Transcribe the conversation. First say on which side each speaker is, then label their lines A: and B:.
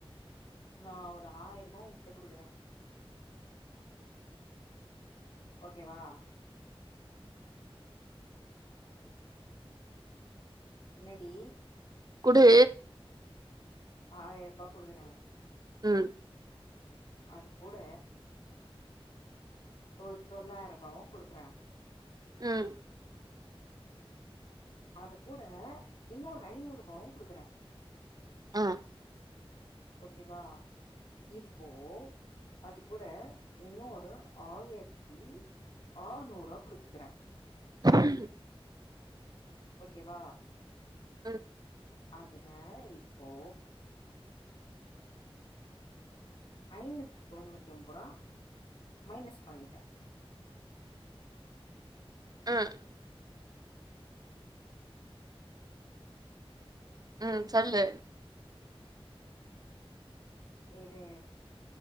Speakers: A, on the left (about 60°); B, on the right (about 40°).
A: இபோ நா ஒரு ஆயிர்பா ஓங்கிட்ட குடுக்குறே ஓகேவா என்னடி
B: குடு
A: ஆயிர்பா குடுக்கறே
B: ம்
A: அது கூட ஒரு தொள்ளாயிர்பாவு குடுக்றே
B: ம்
A: அது கூட இன்னொரு ஐநூறுபாவு குடுக்கறே
B: ஆ
A: ஓகேவா இப்போ அது கூட இன்னு ஒரு ஆயர்த்தி ஆநூற்வா குடுத்துக்றே
B: <inaudible>
A: ஓகேவா
B: ம்
A: அதுல இப்போ ஐநூத்தி தொண்ணூத்தி ஒம்போரா மைனஸ் பண்ணிட்ட
B: ம் ம் சொல்லு
A: இரு